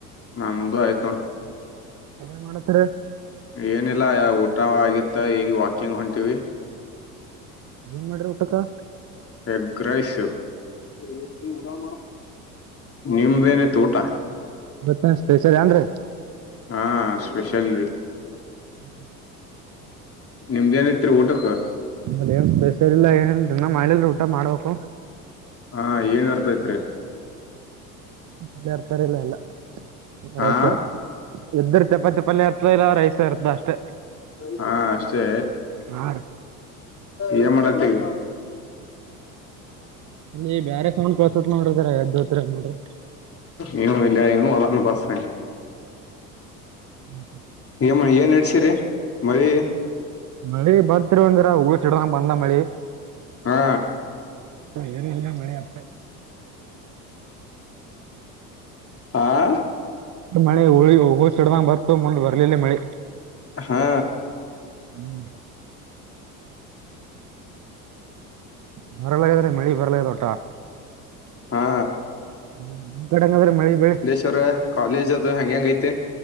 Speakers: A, on the left; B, on the right.
A: ನಮ್ದು ಆಯ್ತು ನೋಡು.
B: ಎನ್ ಮಾಡತ್ತೀರಿ?
A: ಏನಿಲ್ಲ ಊಟ ಆಗಿತ್ತ ಈಗ ವಾಕಿಂಗ್ ಹೊಂಟೀವಿ.
B: ಏನ್ ಮಾಡ್ರಾ ಊಟಕ್ಕಾ?
A: ಎಗ್ಗರೈಸ್ <unintelligible> ನಿಮ್ದೇನಿತ ಊಟ?
B: ಬರ್ತಡೇ ಸ್ಪೆಷಲ್ ಏನ್ ರಿ.
A: ಹಾ ಸ್ಪೆಷಲ್ ರೀ.
B: ಹ್ಮ್ <inaudible>
A: ನಿಮ್ದೇನ ಇತ್ರಿ ಊಟಕ್ಕಾ?
B: ನಂಬಲ್ಲಿ ಏನ್ ಸ್ಪೆಷಲ್ ಇಲ್ಲ ಏನಿಲ್ರಿಇನ್ನಾ ಮಾಡಿಲ್ರಿ ಊಟ ಮಾಡ್ಬೇಕು.
A: ಹಾ ಏನ್ ನಡದೈತ್ರಿ.
B: ಪಲ್ಯ ಇರ್ತಾರಲ್ಲ ಎಲ್ಲ
A: ಹಾ
B: ರೈತಿ ಇರ್ತ <unintelligible> <inaudible> ಇದ್ದರ ಚಪಾತಿ ಪಲ್ಯ ಇರ್ತದ ಇಲ್ಲ ರೈಸ ಇರ್ತದ ಅಷ್ಟೇ.
A: ಹಾ ಅಷ್ಟೇ
B: ಹಾ ರೀ
A: ಏನ್ ಮಾಡತೀವಿ?
B: ಎಯ್ ಬ್ಯಾರೆ ಸೌಂಡ್ ಕೇಳ್ಸತದ ನೋಡ್ರಿಜರಾಎದ್ದ ಹೊತ್ರೇನ್ ನೋಡ್ರಿ.
A: ನೀವು ಇಲ್ಲ ಅ ಪಾಸಿ <unintelligible> <inaudible>
B: ಹ್ಞೂ ಹ <inaudible>
A: ಏಯಮ್ಮ ಏನ್ ನಡಿಸಿರಿ ಮಳಿ?
B: ಮಳೆ ಬ <unintelligible> ಂದಿರ <unintelligible> ಹೂ ಸಿಡದಂಗ ಬಂದ ಮಳಿ
A: ಹಾ
B: ಏನ ಮಿ ಅ <inaudible>
A: ಆಾ <unintelligible>
B: ಮಳಿಹುಗಳ್ ಹುಗಳ ಸಿಡ್ದಂಗಬರ್ತ ಮುಂದ್ ಬರ್ಲಿಲ್ಲೇ ಮಳಿ.
A: ಹಾ
B: ಹ್ಮ್ <inaudible> ಬರಲಾಗದ್ರಿ ಮಳಿ ಬರಲಾಗದ ಒಟ್ಟಾ.
A: ಹಾ
B: ಹ್ಮ್ ನಿಮ್ಮ ಕಡೆಂಗಾದ್ರಿ ಮಳಿ ಬೆಳಿ. -
A: ಸರ್ ಕಾಲೇಜ್ ಅದು ಹಂಗೆಂಗೈತಿ.